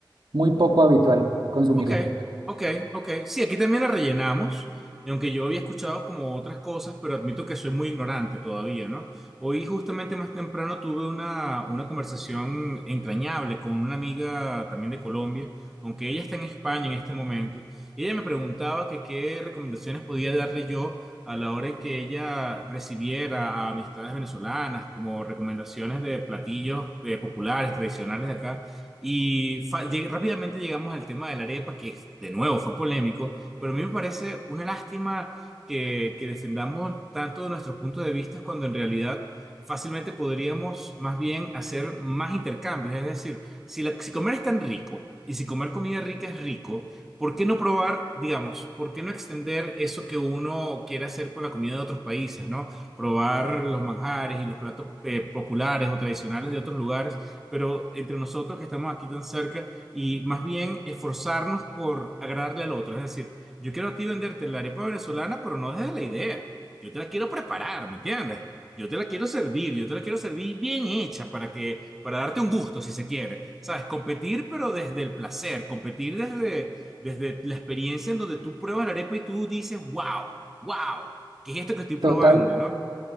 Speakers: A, on the right; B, in the centre.
A: muy poco habitual consumirla.
B: Ok, ok, ok. Sí, aquí también la rellenamos. Y aunque yo había escuchado como otras cosas, pero admito que soy muy ignorante todavía, ¿no? Hoy justamente más temprano tuve una, una conversación entrañable con una amiga también de Colombia, aunque ella está en España en este momento. Y ella me preguntaba que qué recomendaciones podía darle yo a la hora en que ella recibiera a amistades venezolanas como recomendaciones de platillos eh, populares, tradicionales de acá. Y fa- lleg- rápidamente llegamos al tema de la arepa, que de nuevo fue polémico, pero a mí me parece una lástima que, que defendamos tanto de nuestros puntos de vista cuando en realidad fácilmente podríamos más bien hacer más intercambios. Es decir, si, la- si comer es tan rico y si comer comida rica es rico, ¿por qué no probar, digamos, por qué no extender eso que uno quiere hacer con la comida de otros países, ¿no? Probar los manjares y los platos eh, populares o tradicionales de otros lugares pero entre nosotros que estamos aquí tan cerca y más bien esforzarnos por agradarle al otro. Es decir, yo quiero a ti venderte la arepa venezolana, pero no desde la idea. Yo te la quiero preparar, ¿me entiendes? Yo te la quiero servir, yo te la quiero servir bien hecha para que, para darte un gusto, si se quiere. ¿Sabes? Competir, pero desde el placer, competir desde, desde la experiencia en donde tú pruebas la arepa y tú dices, wow, wow, ¿qué es esto que estoy probando,
A: Total,
B: no?